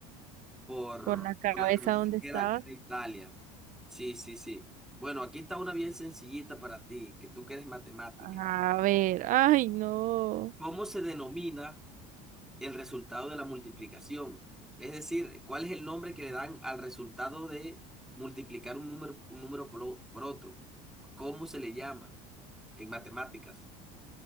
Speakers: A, in the centre; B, on the right.
A: por,
B: por la cabeza
A: por la cabeza
B: donde
A: que
B: estaba.
A: era, que era Italia. Sí, sí, sí. Bueno, aquí está una bien sencillita para ti, que tú que eres matemática.
B: A ver, ay, no.
A: ¿Cómo se denomina el resultado de la multiplicación? Es decir, ¿cuál es el nombre que le dan al resultado de multiplicar un número, un número por, o- por otro? ¿Cómo se le llama en matemáticas?